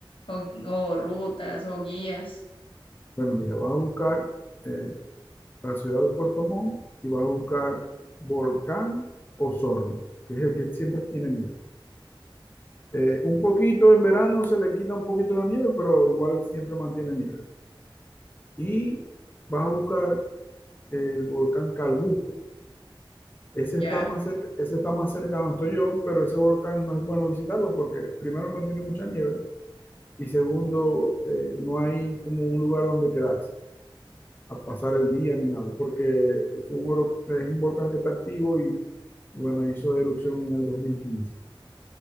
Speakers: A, on the left; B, on the left.
A: o, o rutas, o guías,
B: bueno, mira, vas a buscar eh, la ciudad de Puerto Montt y vas a buscar Volcán Osorno, que es el que siempre tiene nieve. Eh, un poquito en verano se le quita un poquito la nieve, pero igual siempre mantiene nieve. Y vas a buscar el volcán Calbuco. Ese
A: ya.
B: está más cerca, ese está más cerca de donde estoy yo, pero ese volcán no es bueno visitarlo porque primero no tiene mucha nieve y segundo eh, no hay como un lugar donde quedarse a pasar el día ni nada, porque es un, oro- es un volcán que está activo y, y bueno, hizo erupción en el dos mil quince